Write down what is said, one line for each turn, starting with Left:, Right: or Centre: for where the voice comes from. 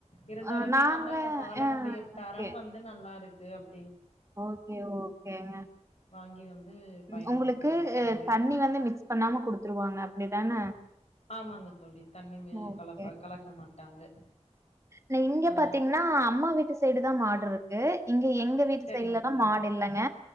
Left: இருந்தாலுமே
Right: அ நாங்க
Left: வந்து அந்த பாலனுடைய
Right: அ ஓகே,
Left: தரம் வந்து நல்லா இரு <unintelligible>
Right: ஓகே ஓகேங்க
Left: வாங்கி வந்து பயன்படுத்திக்கிறோம்
Right: அங்களுக்கு
Left: தோழி.
Right: தண்ணி வந்து மிக்ஸ் பண்ணாம குடுத்துருவாங்க அப்டிதான
Left: ஆமாங்க தோழி தண்ணி மி
Right: ஓக்கே
Left: கலப்ப கலக்க மாட்டாங்க.
Right: நீ இங்க
Left: ஆ
Right: பாத்தீங்கன்னா அம்மா வீட்டு சைடு தா மாடுரு இங்க எங்க வீட்
Left: சரிங்க
Right: சைல்லாதா
Left: தோழி.
Right: மாடு இல்லங்க